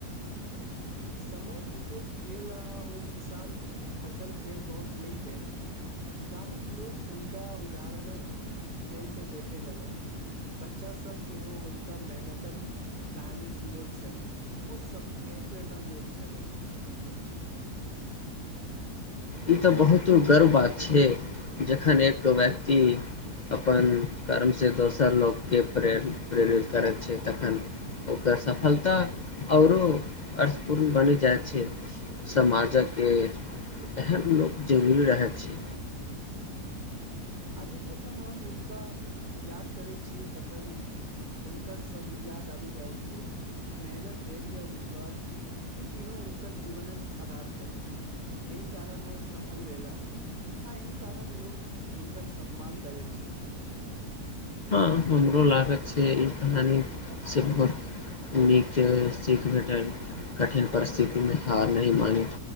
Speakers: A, on the right; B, on the left.
A: समय बितैत गेल आ ओ किसान फसल फेर बहुत नीक भेल गामक लोक हुनका उदाहरणक खेलमे देखय लगल बच्चासभ सेहो हुनका मेहनतक कहानी सुनैत छल ओ सभके प्रेरणा देत छलाह
B: ई तऽ बहुत गर्व बात छै जखन एक व्यक्ति अपन कर्मसँ दोसर लोककेँ प्रेर प्रेरित करै छै तखन ओकर सफलता आओरो अर्थपूर्ण बनि जाइ छै समाजक एहन लोक जरूरी रहैत छै
A: आजो जखन हम हुनका याद करैत छी तखन हुनकर सभ याद आबि जाइत छै मेहनत धैर्य आ विश्वास ई तीनू हुनकर जीवनक आधार छनि एहि कारण ओ सफल भेलाह आ एहि कारण लोक हुनकर सम्मान करैत छै
B: हँ हमरो लागत छै ई कहानी से बहुत नीक सीख भेटल कठिन परिस्थितिमे हार नहि मानी